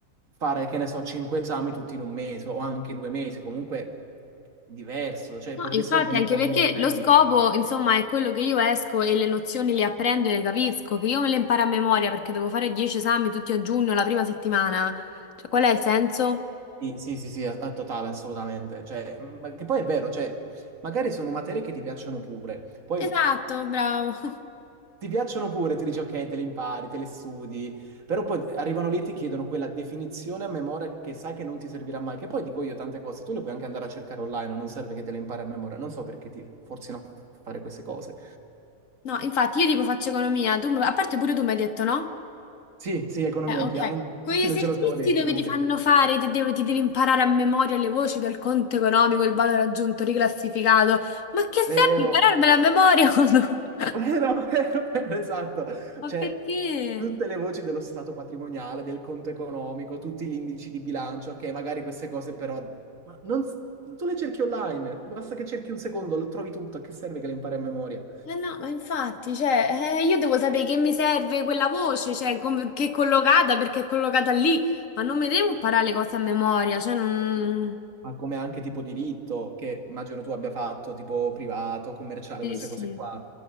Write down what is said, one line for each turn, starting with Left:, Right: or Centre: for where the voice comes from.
Right: fare, che ne so, cinque esami tutti in un mese o anche due mesi, comunque è diverso, cioè
Left: No,
Right: potresti
Left: infatti,
Right: organizzare
Left: anche perché
Right: molto meglio.
Left: lo scopo, insomma, è quello che io esco e le nozioni le apprendo e le capisco, che io me le imparo a memoria perché devo fare 10 esami tutti a giugno, la prima settimana. Cioè, qual è il senso?
Right: Sì, sì, sì, sì, a, a totale, assolutamente. Cioè, ma che poi è vero, cioè, magari sono materie che ti piacciono pure. Poi
Left: Esatto, bravo. <laughs>
Right: ti piacciono pure, ti dici ok, te le impari, te le studi, però poi arrivano lì e ti chiedono quella definizione a memoria che sai che non ti servirà mai, che poi dico io tante cose, tu le puoi anche andare a cercare online, non serve che te le impari a memoria, non so perché ti forzino a fare queste cose.
Left: No, infatti, io tipo faccio economia, tu, mi- a parte pure tu mi hai detto, no?
Right: Sì, sì, economia
Left: Eh,
Right: anch'io,
Left: ok,
Right: ah, non,
Left: quegli
Right: <laughs> non
Left: esercizi
Right: ce lo siamo detti
Left: dove
Right: comunque.
Left: ti fanno
Right: sì.
Left: fare, ti, devo- ti devi imparare a memoria le voci del conto economico, il valore aggiunto, riclassificato. Ma che serve
Right: Vero.
Left: impararmela a memoria quando-
Right: <laughs>
Left: <laughs>
Right: Vero, vero, vero, esatto.
Left: Ma
Right: Cioè,
Left: perché?
Right: tutte le voci dello stato patrimoniale, del conto economico, tutti gli indici di bilancio, che magari queste cose però... Ma non... s- Tu le cerchi online, basta che cerchi un secondo, lo trovi tutto, a che serve che le impari a memoria?
Left: Eh no, ma infatti, cioè, eh, io devo sapere che mi serve quella voce, cioè, come- che è collocata, perché è collocata lì, ma non mi devo imparare le cose a memoria, cioè, non...
Right: Ma come anche tipo diritto, che immagino tu abbia fatto, tipo privato, commerciale,
Left: Sì,
Right: queste
Left: sì,
Right: cose qua.